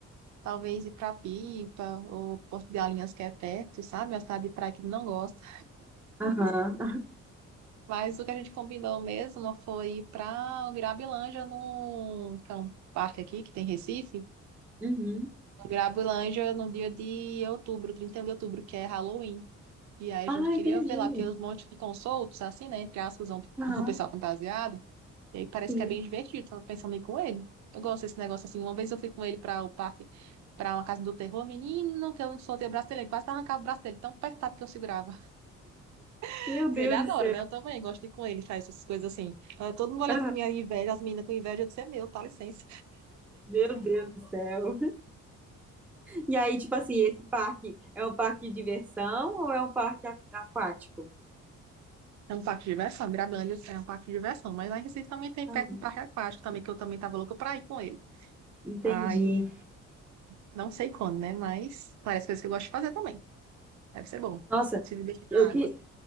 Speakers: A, on the right; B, in the centre.
A: talvez ir para Pipa ou Porto de Galinhas, que é perto, sabe? É Uma cidade de praia que ele não gosta.
B: aham,
A: Mas o que a gente combinou mesmo foi ir para Mirabilândia, no que é um parque aqui que tem em Recife.
B: Uhum.
A: Mirabilândia no dia de outubro, 31 de outubro, que é Halloween. E aí
B: Ah,
A: a gente queria
B: entendi.
A: ver lá, tem uns montes que ficam soltos, assim, né? Entre aspas, um,
B: Aham,
A: <laughs> o pessoal fantasiado. E aí parece
B: sim.
A: que é bem divertido, tava pensando em ir com ele. Eu gosto desse negócio assim. Uma vez eu fui com ele para o parque, para uma casa do terror, menino, que eu soltei o braço dele, ele quase arrancava o braço dele, tão apertado que eu segurava. <laughs>
B: Meu Deus
A: Ele adora,
B: do
A: né? Eu também gosto de ir com ele, faz essas coisas assim. Tava Todo mundo olhando
B: céu.
A: com minha inveja, as meninas com inveja, eu disse, é meu, tá licença.
B: Meu Deus do céu. E aí, tipo assim, esse parque é um parque de diversão ou é um parque a- aquático?
A: É um parque de diversão, Mirabilândia é um parque de diversão. Mas lá em Recife também tem
B: Ah,
A: perto um parque aquático também, que eu também tava louca pra ir com ele.
B: entendi.
A: Aí Não sei quando, né? Mas parece coisas que eu gosto de fazer também. Deve ser bom.
B: Nossa,
A: Se divertir
B: eu
A: na
B: que
A: água.